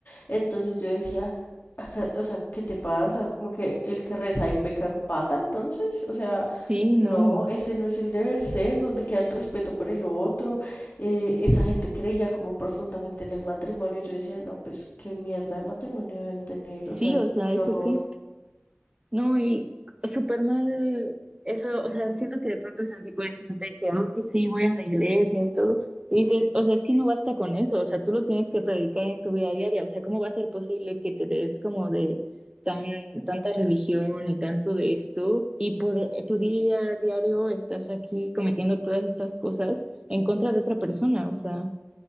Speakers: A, on the left; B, on the right.
A: Entonces yo decía, "Acá- o sea, ¿qué te pasa? Como que el que reza y peca empata, entonces, o sea,
B: Sí,
A: no,
B: no.
A: ese no es el deber ser, donde queda el respeto por el otro. Eh, esa gente creía como profundamente en el matrimonio. y Yo decía, no, pues qué mierda de matrimonio deben tener, o sea,
B: Sí, o sea,
A: qué
B: ¿eso
A: horror.
B: qué? No, y súper mal eso, o sea, siento que de pronto se tipo de gente que, ay, sí, voy a la iglesia y todo. Y dices, o sea, es que no basta con eso, o sea, tú lo tienes que predicar en tu vida diaria, o sea, ¿cómo va a ser posible que te des como de tan, tanta religión y tanto de esto y por tu día a diario estás aquí cometiendo todas estas cosas en contra de otra persona? O sea,